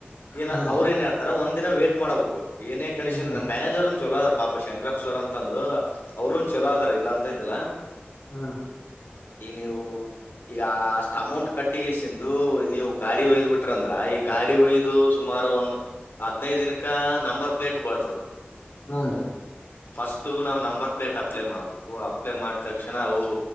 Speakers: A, on the left; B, on the left.
A: ಏನ
B: ಹ್ಮ್
A: ಅವ್ರು ಏನ್ ಹೇತ ಒಂದ ದಿನ ವೇಟ್ ಮಾಡಬೇಕು ಏನೇ ಕಂಡೀಷನ್
B: ಹ್ಮ್
A: ನಮ್ಮನೇಜರ್ನ್ ಚೊಲೋದ ಪಾಪ ಶಂಕರಪ್ಪ ಸವರ್ ಅಂತಂದು ಅವ್ರೂನ್ ಚಲೋ ಅದಾರ ಇಲ್ಲ ಅಂತಿಂದಿಲ್ಲ
B: ಹ್ಮ್
A: ಈ ನೀವು ಈಗ ಅಷ್ಟ ಅಮೌಂಟ್ ಕಟ್ಟಿಗೆಸಂದು ನೀವು ಗಾಡಿ ಹ ಒಯ್ದ್ ಬಿಟ್ರಂದ್ರ ಈಗ ಗಾಡಿ ಒಯ್ದು ಸುಮಾರು ಒಂದ್ ಹದ್ನೈದು ದಿನಕ ನಂಬರ್ ಪ್ಲೇಟ್ ಬರ್ತದ
B: ಹನ್
A: ಫಸ್ಟ್ ನಾವ್ ನಂಬರ್ ಪ್ಲೇಟ್ ಅಪ್ಲೈ ಮಾಡ್ಬೇಕು ಅಪ್ಲೈ ಮಾಡಿದ ತಕ್ಷಣ ಅವು